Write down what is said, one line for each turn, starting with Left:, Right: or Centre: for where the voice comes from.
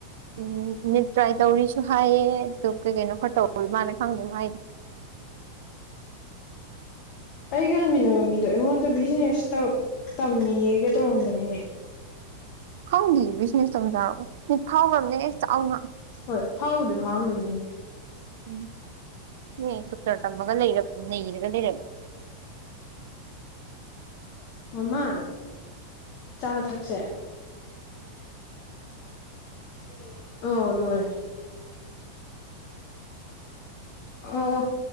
Right: ꯎꯝ ꯃꯤꯠ ꯇ꯭ꯔꯥꯏ ꯇꯧꯔꯤꯁꯨ ꯍꯥꯏꯌꯦ ꯑꯗꯨꯒ ꯀꯩ ꯀꯩꯅꯣ ꯈꯔ ꯇꯧ ꯃꯥꯅ ꯈꯪꯗꯦ ꯍꯥꯏꯗꯤ
Left: <unintelligible> ꯑꯩꯒ ꯍꯟꯃꯤꯟꯅꯕ ꯃꯤꯗꯣ ꯑꯩꯉꯣꯟꯗ ꯕꯤꯖꯤꯅꯦꯁ ꯇꯝꯃꯤꯒ ꯇꯧꯔꯝꯕꯅꯤꯅꯦ
Right: ꯈꯪꯗꯦ ꯕꯤꯖꯤꯅꯦꯁ ꯇꯧꯖꯥꯔꯛꯑꯣ ꯊꯥꯎꯈ꯭ꯔꯔꯕꯅꯦ ꯆꯥꯎꯅ
Left: ꯍꯣꯏ ꯐꯥꯎꯎꯗ ꯐꯥꯎꯔꯝꯅꯤ
Right: ꯎꯝ ꯗꯣꯛꯇꯔ ꯇꯝꯃꯒ ꯂꯩꯔꯕ ꯅꯩꯔꯒ ꯂꯩꯔꯕ
Left: <unintelligible> ꯃꯃꯥ ꯆꯥ ꯊꯛꯁꯦ ꯎꯝ ꯑꯣ ꯂꯔꯦ ꯑꯣ